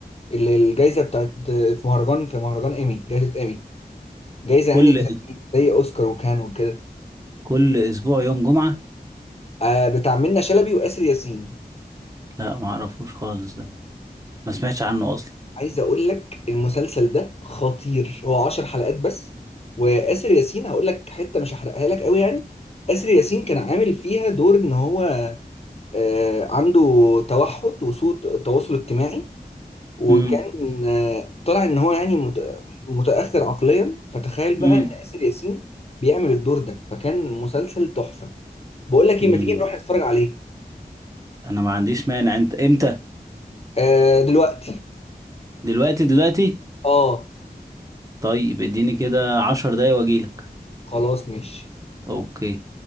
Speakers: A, on the left (about 40°); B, on the right (about 20°).
A: اللي الجايزة بتاعت آه، في مهرجان في مهرجان ايمي جايزة ايمي جايزة يعني
B: كل
A: زي زي اوسكار وكان وكده
B: كل اسبوع يوم جمعة
A: آه بتاع منة شلبي وآسر ياسين
B: لا ما اعرفوش خالص ده ما سمعتش عنه اصلا
A: عايز اقول لك المسلسل ده خطير هو 10 حلقات بس وآسر ياسين هقول لك حتة مش هحرقها لك قوي يعني آسر ياسين كان عامل فيها دور ان هو آه، عنده توحد وسوء تواصل اجتماعي وكان
B: امم
A: آه، طلع ان هو يعني مت- متأخر عقليا فتخيل بقى
B: امم
A: ان آسر ياسين بيعمل الدور ده فكان مسلسل تحفة بقول لك ايه
B: امم
A: ما تيجي نروح نتفرج عليه
B: انا ما عنديش مانع انت امتى
A: آه، دلوقتي
B: دلوقتي دلوقتي
A: اه
B: طيب اديني كده عشر دقايق واجيلك
A: خلاص ماشي
B: اوكي